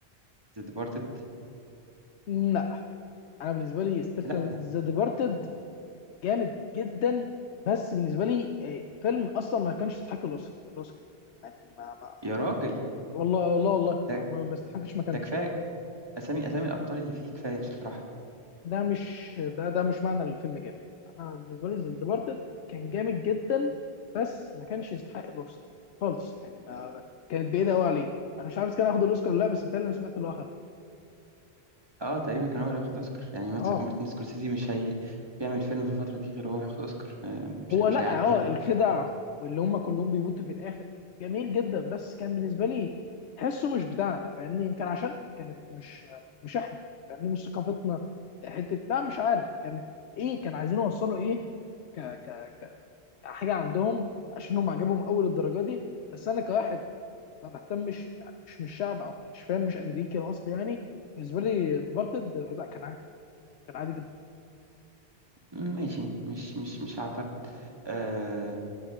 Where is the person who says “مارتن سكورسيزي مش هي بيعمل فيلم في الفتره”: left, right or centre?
Right